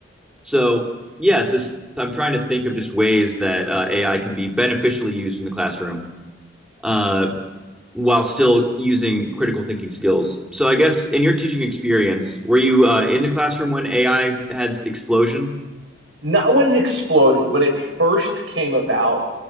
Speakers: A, in the centre; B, on the right.
A: so yes, yeah, so I'm trying to think of just ways that uh, AI can be beneficially used in the classroom uh, while still using critical thinking skills. So I guess in your teaching experience, were you uh, in the classroom when AI had explosion?
B: not when it exploded, when it first came about.